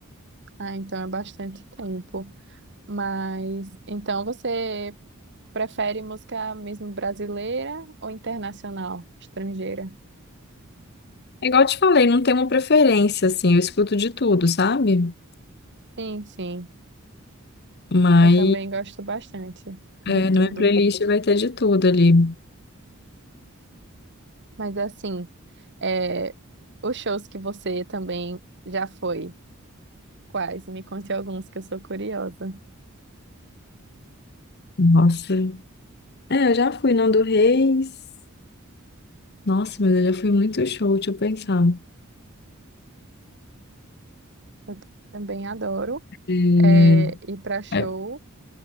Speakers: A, on the right; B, on the left.
A: Ah, então é bastante tempo. Mas então você prefere música mesmo brasileira ou internacional, estrangeira?
B: É igual eu te falei, não tem uma preferência, assim, eu escuto de tudo, sabe?
A: Sim, sim.
B: Mas
A: Eu também gosto bastante de
B: é, na
A: tudo.
B: minha playlist vai ter de tudo ali.
A: Mas assim, é, os shows que você também já foi, quais? Me conte alguns que eu sou curiosa.
B: Nossa. É, eu já fui Nando Reis. Nossa, mas eu já fui muito show, deixa eu pensar.
A: Eu t- também adoro
B: É,
A: é, ir para show,
B: é,